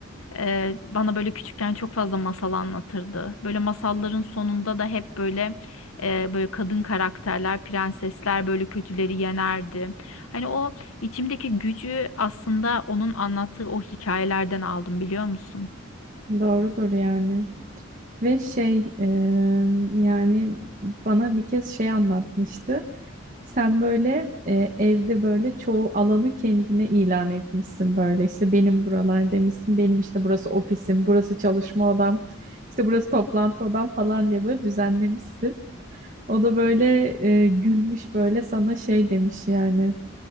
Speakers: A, on the left (about 80°); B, on the right (about 40°).
A: Ee, bana böyle küçükken çok fazla masal anlatırdı. Böyle masalların sonunda da hep böyle e, böyle kadın karakterler, prensesler böyle kötüleri yenerdi. Hani o içimdeki gücü aslında onun anlattığı o hikayelerden aldım biliyor musun?
B: Doğrudur yani. Ve şey e, yani bana bir kez şey anlatmıştı. Sen böyle e, evde böyle çoğu alanı kendine ilan etmişsin böyle işte benim buralar demişsin benim işte burası ofisim burası çalışma odam işte burası toplantı odam falan diye böyle düzenlemişsin. O da böyle e, gülmüş böyle sana şey demiş yani.